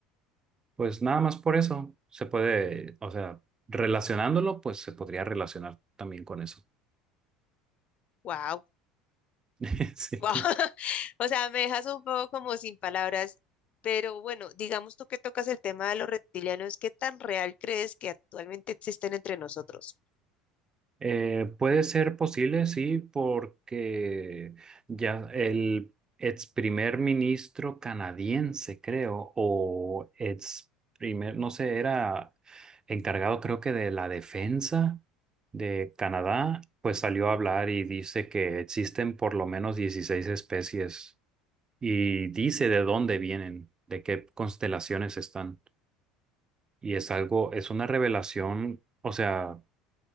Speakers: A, on the right; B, on the left.
A: Pues nada más por eso se puede, o sea, relacionándolo, pues se podría relacionar también con eso.
B: Wow.
A: <laughs> Sí,
B: Guau. <laughs> O sea, me dejas un poco como sin palabras, pero bueno, digamos tú que tocas el tema de los reptilianos, ¿qué tan real crees que actualmente existen entre nosotros?
A: Eh, puede ser posible, sí, porque ya el ex primer ministro canadiense, creo, o ex primer, no sé, era encargado creo que de la defensa de Canadá, pues salió a hablar y dice que existen por lo menos 16 especies y dice de dónde vienen, de qué constelaciones están. Y es algo, es una revelación, o sea